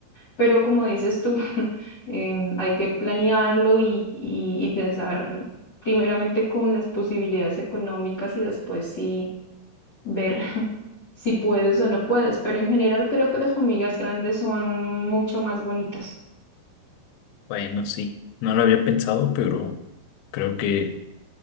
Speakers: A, on the left (about 60°); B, on the left (about 80°).
A: Pero como dices tú, <laughs> em, hay que planearlo y, y- y pensar primeramente con las posibilidades económicas y después sí ver <laughs> si puedes o no puedes. Pero en general creo que las familias grandes son mucho más bonitas.
B: Bueno, sí, no lo había pensado, pero creo que